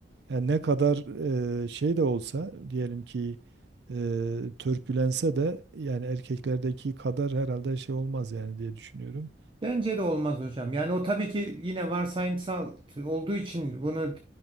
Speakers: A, on the right; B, on the right.
A: yani ne kadar e, şey de olsa diyelim ki e, törpülense de yani erkeklerdeki kadar herhalde şey olmaz yani diye düşünüyorum.
B: Bence de olmaz hocam. Yani o tabii ki yine varsayımsal olduğu için bunu